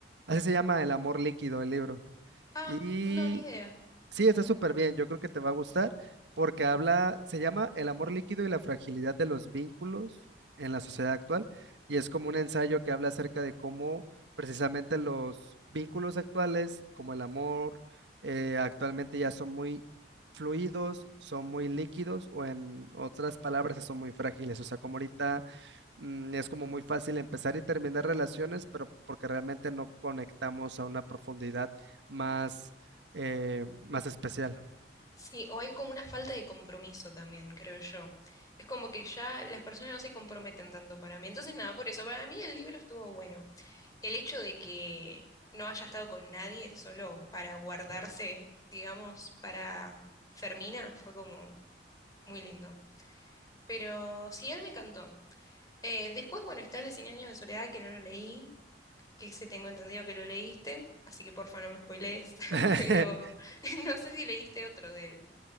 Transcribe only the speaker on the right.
Así se llama El amor líquido, el libro.
Y
Sí, está súper bien. Yo creo que te va a gustar porque habla, se llama El amor líquido y la fragilidad de los vínculos en la sociedad actual y es como un ensayo que habla acerca de cómo precisamente los vínculos actuales, como el amor, eh, actualmente ya son muy fluidos, son muy líquidos o en otras palabras son muy frágiles. O sea, como ahorita mm, es como muy fácil empezar y terminar relaciones, pero porque realmente no conectamos a una profundidad más, eh, más especial.
<laughs>